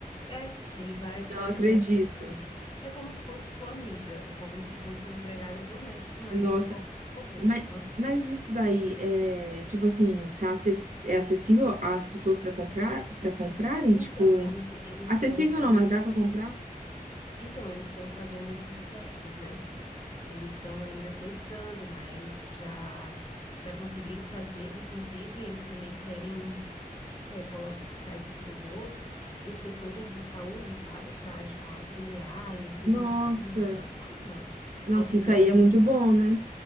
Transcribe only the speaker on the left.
É, ele vai te,
au-
te auxiliando. É como se fosse tua amiga, é como se fosse uma empregada doméstica, mas
em forma de robô.
Aham.
Então,
eles eles
estão fazendo,
então eles estão fazendo esses testes, né? Eles estão ainda testando, mas já já conseguiram fazer. Inclusive, eles também querem é, colocar esses robôs em setores de saúde, sabe? Para auxiliar em cirurgia,
aham,
Auxiliar
em